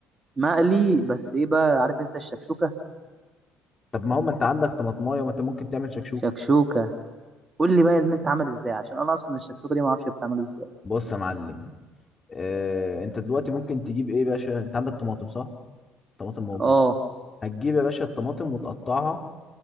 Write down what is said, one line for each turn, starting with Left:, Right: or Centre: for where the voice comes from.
Right: مقلي بس ايه بقى عارف انت الشكشوكه
Left: طب ما هو ما انت عندك طماطمايه ما انت ممكن تعمل شكشوك
Right: شكشوكه قول لي بقى يا زميلي بتتعمل ازاي عشان انا اصلا الشكشوكه دي ما اعرفش بتتعمل ازاي
Left: بص يا معلم اه انت دلوقتي ممكن تجيب ايه يا باشا انت عندك طماطم صح طماطم موجود
Right: اه
Left: هتجيب يا باشا الطماطم وتقطعها